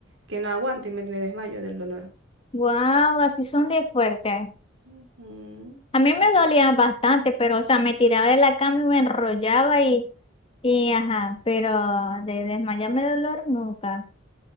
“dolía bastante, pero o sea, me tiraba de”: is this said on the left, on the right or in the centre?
Left